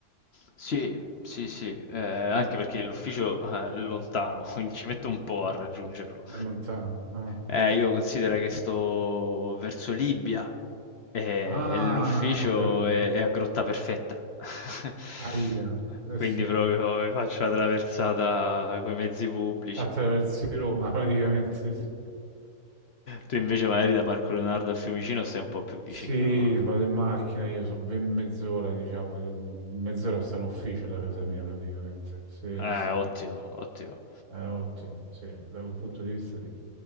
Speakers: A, on the left; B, on the right.
A: Sì, sì, sì, eh, anche perché l'ufficio, eh, è lontano, <laughs> quindi ci metto un po' a raggiungerlo.
B: È lontano. Ah,
A: Eh, io considero che sto verso Libia e
B: Ah,
A: l'ufficio
B: ho capito.
A: è, è a Grotta Perfetta, <laughs>
B: Aia, eh
A: quindi
B: sì.
A: proprio mi faccio la traversata con i mezzi pubblici.
B: Attraversi Roma, <laughs> praticamente, sì.
A: Tu invece magari da Parco Leonardo a Fiumicino stai un po' più vicino,
B: Sì,
A: no?
B: vado in macchina, io so ben mezz'ora, diciamo, mezz'ora sta in ufficio la casa mia praticamente. Sì,
A: Eh,
B: sì,
A: ottimo, ottimo.
B: è ottimo, sì, da quel punto di vista sì.